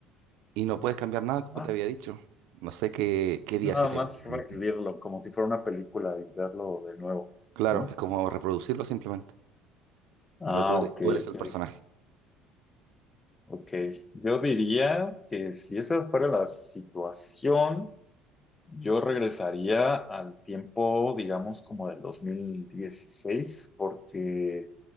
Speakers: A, on the right (about 75°); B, on the left (about 20°).
A: y no puedes cambiar nada, como
B: Ah,
A: te había dicho. No sé qué, qué
B: es
A: día
B: nada
A: sí te
B: más
A: viene a la
B: revivirlo
A: mente.
B: como si fuera una película y verlo de nuevo,
A: Claro,
B: ¿no?
A: es como reproducirlo simplemente,
B: Ah,
A: pero tú eres,
B: ok,
A: tú eres
B: ok,
A: el personaje.
B: ok. Yo diría que si esa fuera la situación, yo regresaría al tiempo, digamos, como del 2016, porque